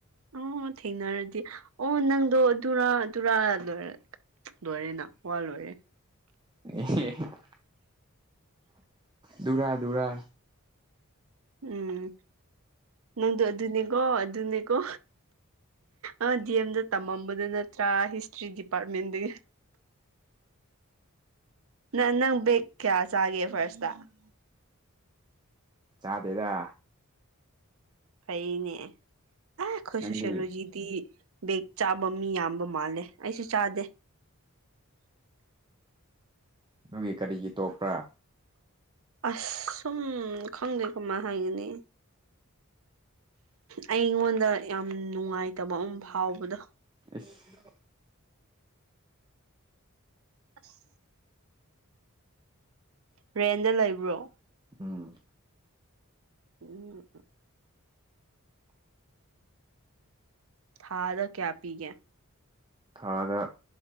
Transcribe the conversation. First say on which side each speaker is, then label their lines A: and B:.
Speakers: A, on the right; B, on the right.
A: ꯑꯣ ꯊꯦꯡꯅꯔꯗꯤ ꯑꯣ ꯅꯪꯗꯣ ꯑꯗꯨꯔꯥ ꯗꯨꯔꯥ ꯂꯣꯏꯔꯦ ꯫ ꯂꯣꯏꯔꯦꯅ ꯋꯥ ꯂꯣꯏꯔꯦ ꯫
B: <inaudible> ꯗꯨꯔ ꯗꯨꯔ
A: ꯎꯝ ꯅꯪꯗꯣ ꯑꯗꯨꯅꯦꯀꯣ ꯑꯗꯨꯅꯦꯀꯣ ꯑꯥ ꯗꯤ ꯑꯦꯝꯗ ꯇꯝꯃꯝꯕꯗꯨ ꯅꯠꯇ꯭ꯔꯥ ꯍꯤꯁꯇ꯭ꯔꯤ ꯗꯤꯄꯥꯔꯠꯃꯦꯟꯗꯒꯤ ꯫ ꯅꯪ ꯅꯪ ꯕꯦꯛ ꯀꯌꯥ ꯆꯥꯒꯦ ꯐꯔꯁꯇ ꯫
B: ꯆꯥꯗꯦꯗ
A: ꯐꯩꯅꯦ ꯑ ꯑꯩꯈꯣꯏ
B: ꯅꯪꯗꯤ
A: ꯁꯣꯁꯤꯌꯣꯂꯣꯖꯤ ꯗꯤ ꯕꯦꯛ ꯆꯥꯕ ꯃꯤ ꯌꯥꯝꯕ ꯃꯥꯜꯂꯦ ꯑꯩꯁꯨ ꯆꯥꯗꯦ
B: ꯑꯗꯨꯒ ꯀꯔꯤꯒꯤ ꯇꯣꯛꯄ꯭ꯔꯥ
A: ꯑꯁꯨꯝ ꯈꯪꯗꯩ ꯀꯃꯥꯏ ꯍꯥꯏꯒꯅꯤ ꯑꯩꯉꯣꯟꯗ ꯌꯥꯝ ꯅꯨꯡꯉꯥꯏꯇꯕ ꯑꯃ ꯐꯥꯎꯕꯗꯣ
B: ꯑꯩꯁ
A: ꯑꯁ ꯔꯦꯟꯗ ꯂꯩꯕ꯭ꯔꯣ
B: ꯎꯝ
A: ꯎꯝ ꯊꯥꯗ ꯀꯌꯥ ꯄꯤꯒꯦ
B: ꯊꯥꯗ